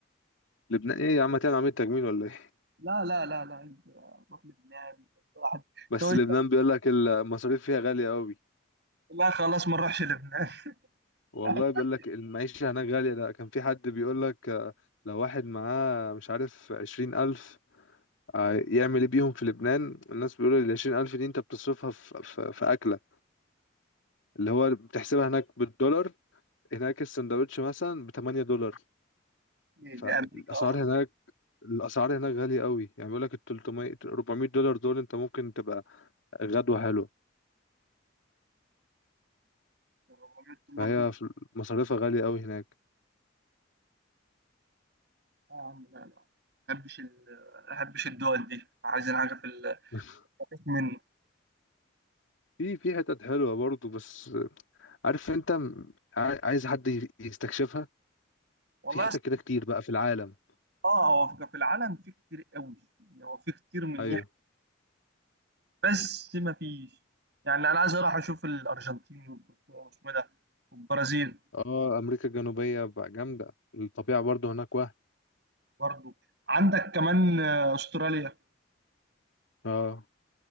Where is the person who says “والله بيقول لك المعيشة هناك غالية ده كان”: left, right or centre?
Left